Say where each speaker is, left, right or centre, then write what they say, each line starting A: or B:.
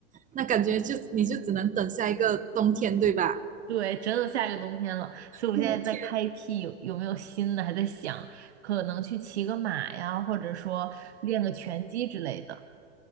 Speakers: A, on the right; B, on the right.
A: 那感觉就你就只能等下一个冬天，对吧？
B: 对，真的下一个冬天了，所以我现在在开辟有有没有新的，
A: 冬天，
B: 还在想可能去骑个马呀，或者说练个拳击之类的，